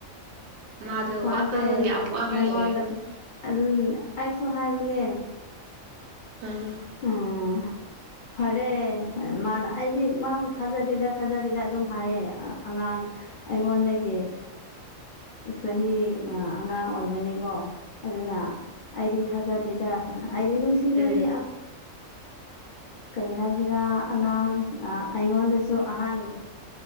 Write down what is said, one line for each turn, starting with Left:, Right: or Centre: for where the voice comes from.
Right: ꯃꯥꯗ
Left: ꯃꯥꯁꯦ
Right: ꯋꯥꯈꯜ ꯌꯥꯝ ꯋꯥꯔ
Left: ꯅꯪꯉꯣꯟꯗ
Right: ꯂꯩꯕꯅꯤ
Left: ꯑꯗꯨꯝ ꯑꯩꯁꯨ ꯍꯥꯏꯕꯅꯦ
Right: ꯎꯝ
Left: ꯎꯝ ꯐꯔꯦ ꯃꯥꯅ ꯑꯩꯗꯤ ꯃꯥꯕꯨ ꯊꯥꯖꯗꯦꯗ ꯊꯥꯖꯗꯦꯗ ꯑꯗꯨꯝ ꯍꯥꯏꯌꯦ ꯑꯉꯥꯡ ꯑꯩꯉꯣꯟꯗꯒꯤ ꯆꯍꯤ ꯑꯉꯥꯡ ꯑꯣꯏꯕꯅꯤꯀꯣ ꯑꯗꯨꯅꯅꯥ ꯑꯩꯗꯤ ꯊꯥꯖꯗꯦꯗꯥꯁꯅ ꯑꯩꯗꯤ ꯅꯅꯨꯡꯁꯤ ꯁꯤꯕꯗꯤ
Right: ꯎꯝ
Left: ꯀꯔꯤ ꯍꯥꯏꯁꯤꯔꯥ ꯑꯉꯥꯡ ꯑꯩꯉꯣꯟꯗꯁꯨ ꯑꯍꯟ